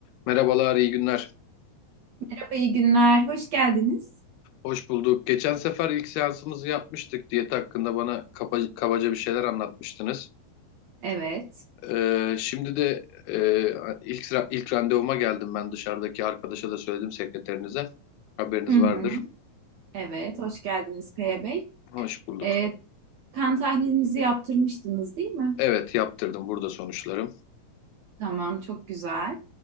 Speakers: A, on the left (about 85°); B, on the right (about 65°).
A: Merhabalar, iyi günler.
B: Merhaba, iyi günler. Hoş geldiniz.
A: Hoş bulduk. Geçen sefer ilk seansımızı yapmıştık. Diyet hakkında bana kaba- kabaca bir şeyler anlatmıştınız.
B: Evet.
A: Ee, şimdi de e, ilk, sıra- ilk randevuma geldim ben dışarıdaki arkadaşa da söyledim sekreterinize. Haberiniz
B: Hı hı.
A: vardır.
B: Evet, hoş geldiniz Kaya Bey.
A: Hoş bulduk.
B: Ee, kan tahlilinizi yaptırmıştınız değil mi?
A: Evet, yaptırdım. Burada sonuçlarım.
B: Tamam, çok güzel.